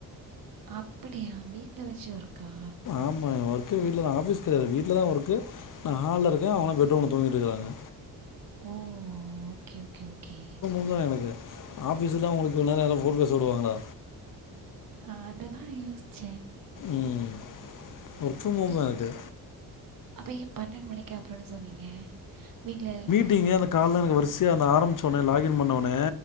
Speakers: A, on the right; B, on the left.
A: அப்படியா வீட்ல வச்சு ஒர்க்கா
B: ஆமா ஒர்க் வீட்லதா ஆபீஸ் கெடையாது வீட்ல தா ஒர்க்கு நா ஹால்ல இருக்க அவங்கெல்லா பெட்ரூம்ல தூங்கிட்டுருக்காங்க
A: ஓ ஓகே ஓகே ஓகே
B: தா எனக்கு ஆபீஸ்ல்லா உங்களுக்கு இவ்ளோ நேர போன் பேச விடுவாங்களா
A: அத தா யோசிச்ச
B: ம் ஒர்க் ஃபர்ம் ஹோம் தா இது
A: அப்ப ஏன் பன்னெண்டு மணிக்கு அப்றோன்னு சொன்னீங்க வீட்ல
B: மீட்டிங்கு அந்த கால்ல எனக்கு வரிசையா அந்த ஆரம்பிச்சவுனே லாக்கின் பண்ணோனே